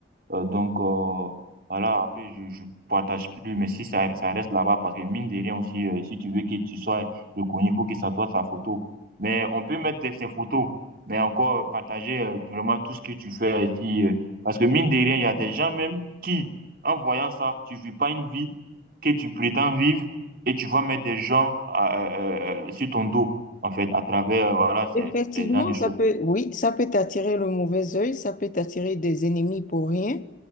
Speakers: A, on the right; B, on the left.
A: Euh, donc, euh, voilà, après, je, je partage plus, mais si ça, ça reste là-bas, parce que mine de rien aussi, euh, si tu veux que tu sois reconnu, il faut que ça soit sa photo. Mais on peut mettre des- ces photos, mais encore euh, partager euh, vraiment tout ce que tu fais ici. euh, parce que mine de rien, il y a des gens même qui, en voyant ça, tu vis pas une vie que tu prétends vivre et tu vas mettre des gens à- euh, euh, sur ton dos, en fait, à travers, euh, voilà, ces,
B: Effectivement,
A: ces gens de
B: ça
A: choses.
B: peut, oui, ça peut t'attirer le mauvais œil, ça peut t'attirer des ennemis pour rien.